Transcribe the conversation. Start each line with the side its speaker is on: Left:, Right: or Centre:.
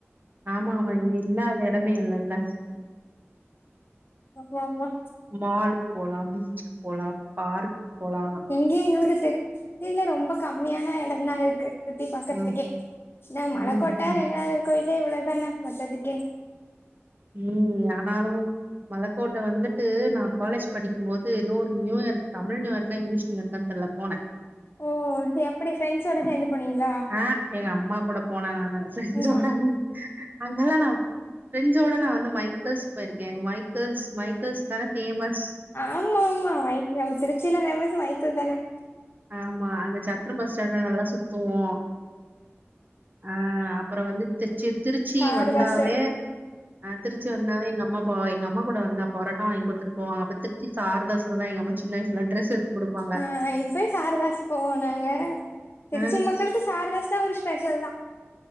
Right: ஆமாமா இங்க இல்லாத எடமே இல்லல்ல
Left: ஆமாமா
Right: மால்க்கு போலா பீச்சுக்கு போலா பார்க்குக்கு போலா
Left: ஏ எங்க ஊரு திரு ச்சில ரொம்ப கம்மியான எடந்தா இருக்கு சுத்தி பாக்கறதுக்குே
Right: ம்
Left: என்ன மல
Right: ம்
Left: கோட்ட
Right: ம்
Left: ரெங்கநாதர் கோயிலு இவ்ளோ தானா மொத்ததுக்கே
Right: ம் ஆனாலு மலக்கோட்ட வந்துட்டு நா காலேஜ் படிக்கும்போது ஏதோ ஒரு நியூயருக் தமிழ் நியூயருக்கா இங்கிலீஷ் னுக்கான் தெர்ல்ல போன
Left: ஓ எப்புடி பிரண்ஸ்ஸோட சேந்து போனீங்களா
Right: ஆ எங்க அம்மா கூட போன நானு ப்ரண்ஸோட
Left: ஆமா
Right: அங் அங்கல்லா நா ஃப்ரெண்ட்ஸோட நா வந்து மைக்கேல்ஸ் போயிருக்கே மைக்கள்ஸ் மைக்கள்ஸ் தன ஃபேமஸ்
Left: ஆம்மா ஆம்மா மைக்கல் திருச்சில ஃபேமஸ் மைக்கிள் தன
Right: ஆம்மா அந்த சத்திர பஸ் ஸ்டாண்ட்ட நல்லாசுத்துவோ அ அப்பற வந்து திருச் திருச்சி
Left: சாரதாசு
Right: வந்தாவே ஆ திருச்ச வந்தாவே எங்க அம்மா ப்போ எங்க அம்மா கூட வந்தா போரட்டா வாங்கி குடுத்துட்டு போவாங்க அப்ப திருச்சி சாரதஸ்தால எங்கம்மா சின்ன வய்ஸ்ல ட்ரெஸ் எட்த்து குடுப்பாங்க
Left: ஆ இப்பயு சாரதாஸ் போவோ நாங்க திருச்சி
Right: ஆ
Left: மக்களுக்கு சாரதாஸ் நா ஒரு ஸ்பெஷல் தா